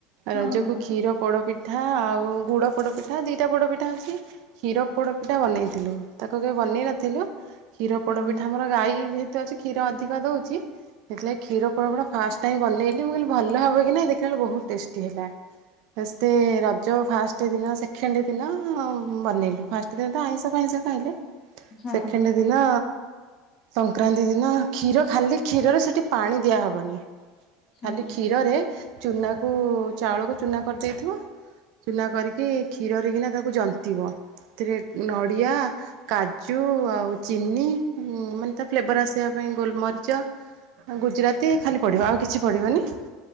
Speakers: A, on the left (about 25°); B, on the right (about 60°).
A: ହଁ
B: ରଜକୁ
A: ହଁ
B: କ୍ଷୀର ପୋଡପିଠା ଆଉ ଗୁଡ ପୋଡ଼ପିଠା ଦିଇଟା ପୋଡ଼ପିଠା ଅଛି କ୍ଷୀର ପୋଡ଼ପିଠା ବନେଇଥିଲୁ। ତାକୁ କେବେ ବନେଇ ନଥିଲୁ। କ୍ଷୀର ପୋଡ଼
A: ହଁ
B: ପିଠା ଆମର ଗାଈ ଯେହେତୁ ଅଛି କ୍ଷୀର ଅଧିକ ଦେଉଛି। ସେଥିଲାଗି କ୍ଷୀର ପୋଡ଼ ପିଠା ଫାଷ୍ଟ <unintelligible> ବେନେଇଲି ମୁଁ କହିଲି ଭଲ ହବ କି ନାଇ ଦେଖିଲା ବେଳକୁ ବହୁତ ଟେଷ୍ଟି ହେଲା। ଫାଷ୍ଟ ରଜ ଫାଷ୍ଟ ଦିନ ସେକେଣ୍ଡ ଦିନ ବନେଇଲୁ। ଫାଷ୍ଟ ଦିନ ତ ଆଇଁଷ ଫାଇଁସ ଖାଇଲେ।
A: ହଁ
B: ସେକେଣ୍ଡ ଦିନ ସଂକ୍ରାନ୍ତି ଦିନ କ୍ଷୀର ଖାଲି କ୍ଷୀରରୁ ସେ ସେ ପାଣି ଦିଆହେବନି
A: ହଁ।
B: ଖାଲି କ୍ଷୀରରେ ଚୁନାକୁ ଚାଉଳକୁ ଚୂନା କରିଦେଇଥିବ। ଚୁନା କରିକି କ୍ଷୀରରେ କିିନା ତାକୁ ଜନ୍ତିବ ସେଥିରେ ନଡିଆ କାଜୁ ଆଉ ଚିନି ମାନେ ତା ଫ୍ଲେଭର ଆସିବା ପାଇଁ ଗୋଲମରିଚ। ଗୁଜୁରାତି ଖାଲି ପଢିବ ଆଉ କିଛି ପଡିବନି।